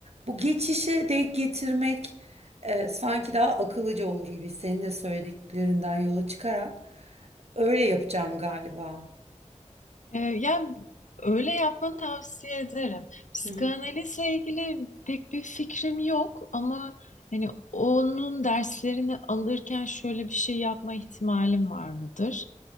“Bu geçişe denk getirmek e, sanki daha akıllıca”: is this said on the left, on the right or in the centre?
Right